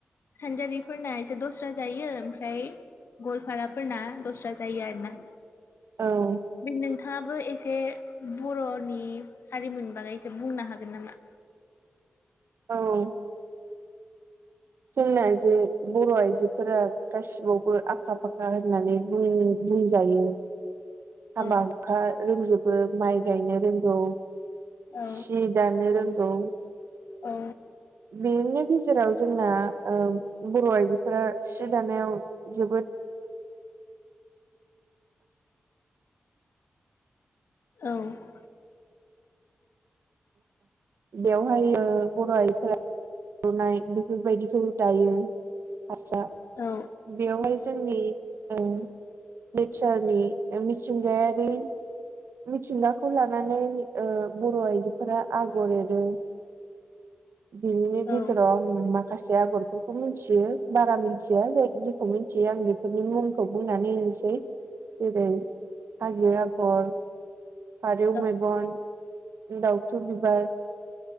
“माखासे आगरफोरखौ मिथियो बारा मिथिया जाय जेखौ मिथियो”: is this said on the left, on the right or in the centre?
Right